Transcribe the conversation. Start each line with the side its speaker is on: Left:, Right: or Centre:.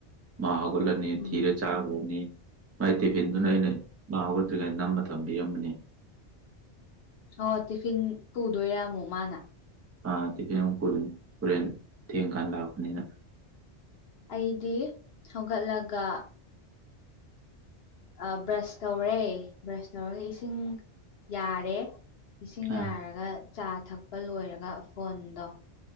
Right: ꯃꯥ ꯍꯧꯒꯠꯂꯅꯤ
Left: ꯎꯝ
Right: ꯊꯤꯔ ꯆꯥꯒ꯭ꯔꯅꯤ ꯃꯥꯏ ꯇꯤꯐꯤꯟꯗꯨꯅ
Left: ꯎꯝ
Right: ꯑꯩꯅ ꯃꯥ ꯍꯧꯒꯠꯇ꯭ꯔꯤꯉꯩ ꯅꯝꯃ ꯊꯝꯕꯤꯔꯝꯃꯅꯤ
Left: ꯑꯣ ꯇꯤꯐꯤꯟ ꯄꯨꯗꯣꯏꯔꯥ ꯃꯨꯛ ꯃꯥꯅ
Right: ꯑꯥ ꯇꯤꯐꯤꯟ ꯑꯃꯨꯛ ꯄꯨꯗꯨꯅꯦ ꯍꯣꯔꯦꯟ ꯊꯦꯡꯀꯥꯟ ꯂꯥꯛꯄꯅꯤꯅ
Left: ꯑꯩꯗꯤ ꯍꯧꯒꯠꯂꯒ ꯑꯥ ꯕ꯭ꯔꯁ ꯇꯧꯔꯦ ꯕ꯭ꯔꯁ ꯇꯧꯔꯒ ꯏꯁꯤꯡ ꯌꯥꯔꯦ ꯏꯁꯤꯡ
Right: ꯑꯥ
Left: ꯌꯥꯔꯒ ꯆꯥ ꯊꯛꯄ ꯂꯣꯏꯔꯒ ꯐꯣꯟꯗꯣ